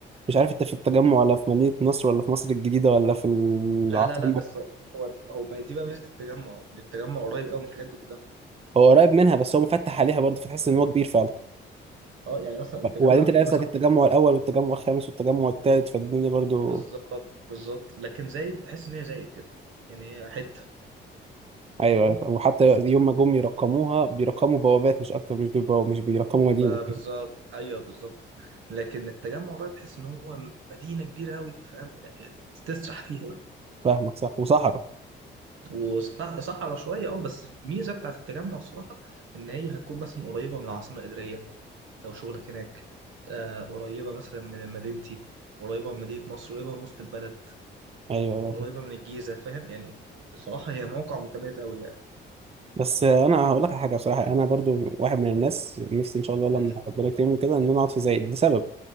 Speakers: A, on the right; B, on the right.
A: مش عارف انت في التجمع ولا في مدينه نصر ولا في مصر الجديده ولا في العاصمه
B: لا لا لا بس هو هو ما دي بقى ميزة التجمع إن التجمع قريب قوي من الحاجات دي كلها
A: هو قريب منها بس هو مفتح عليها برضه فتحس ان هو كبير فعلا
B: أه يعني مثلا التجمع
A: وبعدين تلاقي
B: هتلاقيه
A: نفسك
B: مثلا
A: التجمع الاول والتجمع الخامس والتجمع الثالث فالدنيا برضه
B: بالظبط بالظبط لكن زايد تحس إن هي زايد كده يعني هي حتة
A: ايوه
B: فاهم
A: أيوة. وحتى يوم ما جم يرقموها بيرقموا بوابات مش اكتر مش بيبقوا مش بيرقموا
B: بقى
A: مدينه
B: بالظبط ايوه بالظبط لكن التجمع بقى تحس ان هو مدينه كبيره قوي فاهم يعني تسرح فيها بقى
A: فاهمك صح وصحراء
B: وصحرا شويه اه بس الميزه بتاعت التجمع الصراحه ان هي هتكون مثلا قريبه من العاصمه الاداريه لو شغلك هناك آه قريبه مثلا من مدينتي قريبه من مدينه نصر قريبه من وسط البلد
A: ايوه أيوة.
B: قريبه من الجيزه فاهم يعني صراحه هي موقع متميز قوي يعني
A: بس انا هقول لك على حاجه بصراحه انا برضو واحد من الناس نفسي ان شاء الله
B: امم
A: لما ربنا يكرمني كده ان انا اقعد في زايد لسبب